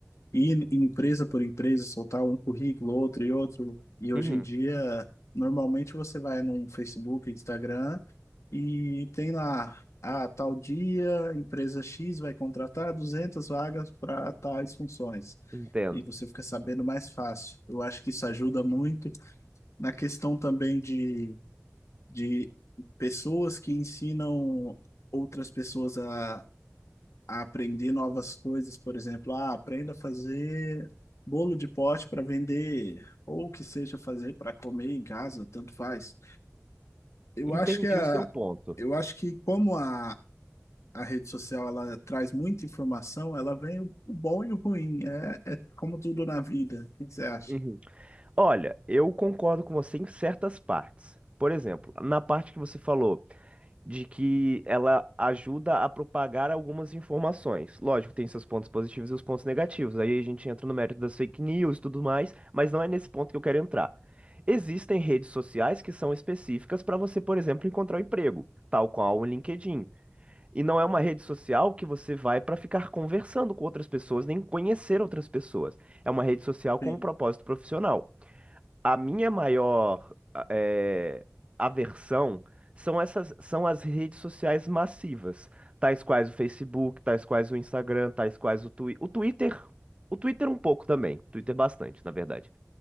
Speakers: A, on the left; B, on the right.
A: ir em empresa por empresa, soltar um currículo, outro e outro. E hoje
B: Uhum,
A: em dia, normalmente você vai no Facebook, Instagram e tem lá, a tal dia, empresa X vai contratar 200 vagas para tais funções.
B: entendo.
A: E você fica sabendo mais fácil. Eu acho que isso ajuda muito na questão também de de pessoas que ensinam outras pessoas a, a aprender novas coisas, por exemplo, ah, aprenda a fazer bolo de pote para vender, ou que seja fazer para comer em casa, tanto faz. Eu
B: Entendi
A: acho que a,
B: o seu ponto.
A: eu acho que como a A rede social ela traz muita informação, ela vem o o bom e o ruim, é, é como tudo na vida. O que que você acha?
B: Uhum. Olha, eu concordo com você em certas partes. Por exemplo, na parte que você falou de que ela ajuda a propagar algumas informações. Lógico, tem seus pontos positivos e os pontos negativos. Aí a gente entra no mérito das fake news e tudo mais, mas não é nesse ponto que eu quero entrar. Existem redes sociais que são específicas para você, por exemplo, encontrar um emprego, tal qual o LinkedIn. E não é uma rede social que você vai para ficar conversando com outras pessoas, nem conhecer outras pessoas. É uma rede social com
A: Sim,
B: um propósito profissional. A minha maior eh, aversão são essas são as redes sociais massivas, tais quais o Facebook, tais quais o Instagram, tais quais o, Twi o Twitter. O Twitter um pouco também, Twitter bastante, na verdade.